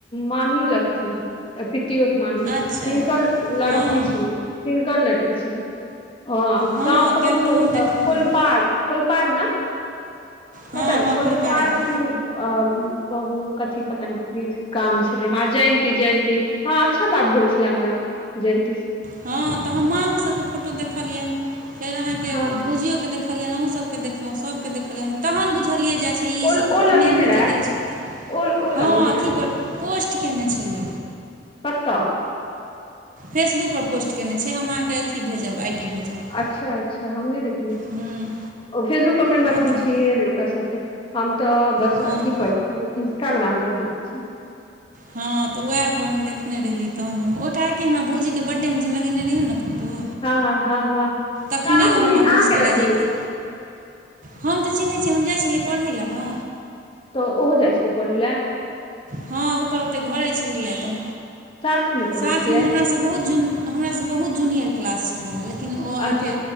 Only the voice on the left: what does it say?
मामी लगथिन प पितियोत मामी
तिनकर लड़की
छलै तिनकर लड़की छलै ह गाँव
कथम
बल
कोलपाड़
कोलपाड़ न
<unintelligible> कत
कोलपाड़
की अ बहु कथी पता नहि नाम छलै हँ जयंती जयंती हँ अच्छा बात भेल छले हमरा जी
हँ
ओ
ओ लगेने
रहै
ओ ओ
लगेने
रहै
कत्तय
अच्छा अच्छा हम नहि देख
फेसबुक पर मेन बात
हम
छिये ने ओकरा साथे हम तऽ बस
अथी पर छी इंस्टाग्राम पर देखय छी
हँ हँ हँ हँ
कहा अहाँ
न
केना
छै
<unintelligible>
तऽ ओहो जाइ छै पढे़ला
साथमे पढ़ै
छियै
अच्छा